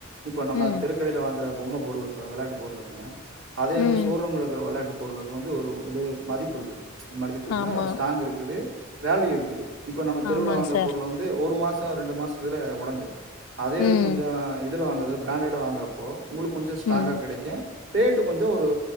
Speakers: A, on the right; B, on the left.
A: இப்போ நம்ம
B: ம்
A: தெருக்கடையில வாங்கற பொம்ம பொருளுக்கு வெளாட்டு பொருளுக்குமே அதே அது
B: ம்
A: ஷோரூம்லகிற வெளாட்டு பொருளுக்கு வந்து ஒரு இது மதிப்பு இருக்குது மதிப்பு இருக்குன்னா
B: ஆமா
A: ஸ்ட்ராங் இருக்குது வேல்யூ இருக்குது இப்ப நம்ம தெருவுல
B: ஆமாங்
A: வாங்கற
B: சார்
A: பொருள வந்து ஒரு மாசம் ரெண்டு மாசத்துல ஒடஞ்சிரு அதே இது
B: ம்
A: கொஞ்சோ இதுல வாங்கறது பிராண்டடா வாங்கறப்போ உங்களுக்கு கொஞ்சோ ஸ்ட்ராங்கா
B: ம்
A: கெடைக்கும் ரேட்டு கொஞ்சோ ஒரு